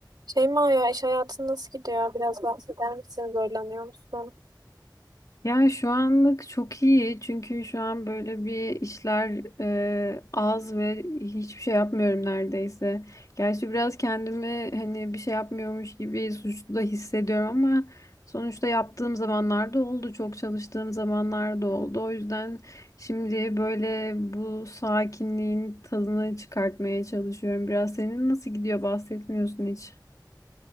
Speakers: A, on the right; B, on the left.
A: Şeyma ya iş hayatın nasıl gidiyor? Biraz bahseder misin? Zorlanıyor musun?
B: Ya şu anlık çok iyi çünkü şu an böyle bir işler e, az ve hiçbir şey yapmıyorum neredeyse. Gerçi biraz kendimi hani bir şey yapmıyormuş gibi suçlu da hissediyorum ama sonuçta yaptığım zamanlarda oldu, çok çalıştığım zamanlarda oldu. O yüzden şimdi böyle bu sakinliğin tadını çıkartmaya çalışıyorum. Biraz senin nasıl gidiyor bahsetmiyorsun hiç.